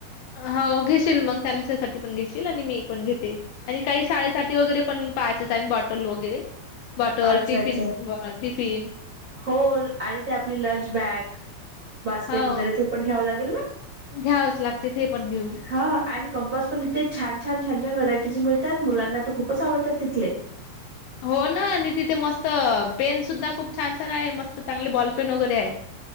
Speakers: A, on the left (about 80°); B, on the right (about 80°).
A: हो घेशील मग त्यांच्यासाठी पण घेशील आणि मी पण घेते. आणि काही शाळेसाठी वगैरे पण पाहायचेच आणि बॉटल वगैरे. बॉटल
B: अच्छा
A: टिफिन
B: अच्छा
A: स टिफिन
B: हो आणि ते आपली लंच बॅग बास्केट
A: हो
B: वगैरे ते पण घ्यावं लागेल ना.
A: घ्यावच लागते ते पण घेऊ.
B: हा आणि कंपास पण इथे छान छान छान छान व्हरायटीज मिळतात मुलांना तर खूपच आवडतात तिथले.
A: हो ना आणि तिथे मस्त पेन सुद्धा खूप छान छान आहे मस्त चांगले बॉल पेन वगैरे आहे